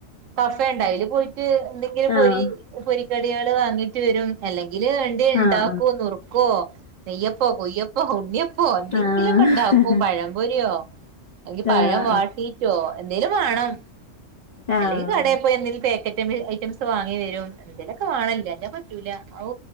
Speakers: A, on the right (about 75°); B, on the left (about 75°).
A: കഫേണ്ട് അയ്ല് പോയിട്ട് എന്തെങ്കിലും പൊരി
B: ആഹ്
A: പൊരിക്കടികള് വാങ്ങിട്ട് വരും അല്ലെങ്കില് എന്തേണ്ടാക്കും
B: ആഹ്
A: നുറുക്കോ നെയ്യപ്പോ പോയ്യപ്പോ ഉണിയ പ്പോ എന്തെങ്കിലൊക്കെണ്ടാക്കും
B: ആഹ് ആഹ്
A: പഴംപൊര്യോ അലങ്കി പഴം
B: ആഹ്
A: വാട്ടീറ്റോ എന്തേലും വാണം
B: ആഹ് ആഹ്
A: അല്ലെങ്കി കടേ പോയി എന്തെങ്കിലും പേക്ക <unintelligible> ഐറ്റംസ് വാങ്ങി വരും എന്തേലൊക്കെ വാണം ഇല്ലഞാ പറ്റൂല ഔ.